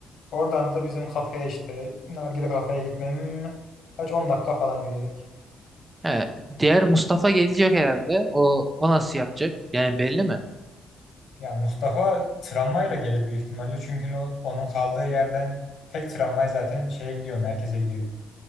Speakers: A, on the left (about 65°); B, on the right (about 20°).
A: Oradan da bizim kafeye işte Nargile kafeye gitmem kaç 10 dakika falan yürüyerek.
B: He, diğer Mustafa gelecek herhalde. O, o nasıl yapacak? Yani belli mi?
A: Ya Mustafa tramvayla gelir büyük ihtimalle çünkü o, onun kaldığı yerden tek tramvay zaten şeye gidiyor, merkeze gidiyor.